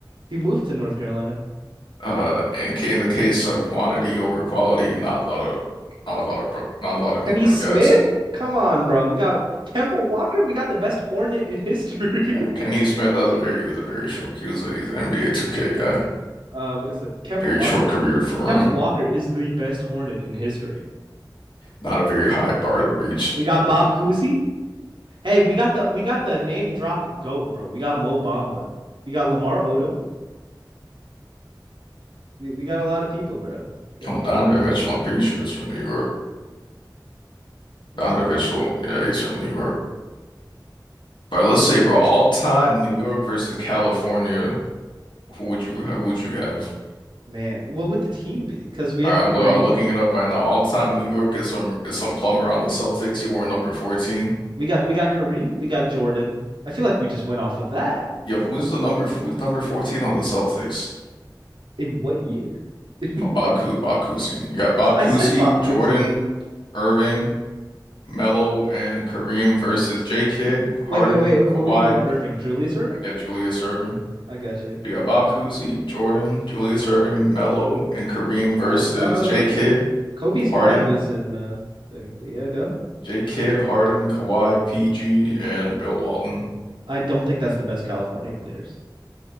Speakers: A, on the right (about 85°); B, on the left (about 80°).
A: He moved to North Carolina.
B: Uh, and in ca- in the case of quantity over quality, not a lot of not a lot of Brook- not a lot of New
A: Kenny
B: York
A: Smith?
B: guys.
A: Come on, bro. We got Kemba Walker. We got the best Hornet in history.
B: Fam, Kenny Smith, that was a very was a very short. He was a, he's an NBA 2K guy.
A: <laughs> uh, what is it? Kemba
B: Very
A: Walker.
B: short career for
A: Kemba
B: him.
A: Walker is the best Hornet in history.
B: Not a very high bar to reach.
A: We got Bob Cousy. Hey, we got the we got the name drop goat, bro. We got Mo Bamba. We got Lamar Odom. We we got a lot of people, bro. We got
B: Oh,
A: a lot
B: Donovan
A: of people.
B: Mitchell, I'm pretty sure it's from New York.
A: That's,
B: Donovan Mitchell, yeah, he's from New York. But let's say, bro, all time New York versus California. Who would you who would you have?
A: man, what would the team be? Because we
B: All
A: have
B: right,
A: Kareem.
B: I'm lo I'm looking it up right now. All time New York is some is some plumber on the Celtics. He wore number 14.
A: We got we got Kareem, we got Jordan. I feel like we just went off of that.
B: Yo, who's the number who's number 14 on the Celtics?
A: In what year? <laughs> That's,
B: Oh, Bob Cousy, Bob Cousy. You got Bob
A: I
B: Cousy,
A: said Bob
B: Jordan,
A: Cousy.
B: Irving. Melo and Kareem versus J. Kidd, Harden,
A: Wait, wait, wait. Who
B: Kawhi,
A: do you mean Irving?
B: P-
A: Julius Irving?
B: yeah, Julius Irving.
A: I got you.
B: You got Bob Cousy, Jordan, Julius Irving, Melo, and Kareem versus
A: Oh, uh,
B: J.
A: what
B: Kidd,
A: is it? Kobe's
B: Harden,
A: dad was in uh thing, but yeah, go.
B: J. Kidd, Harden, Kawhi, PG, and Bill Walton.
A: I don't think that's the best California players.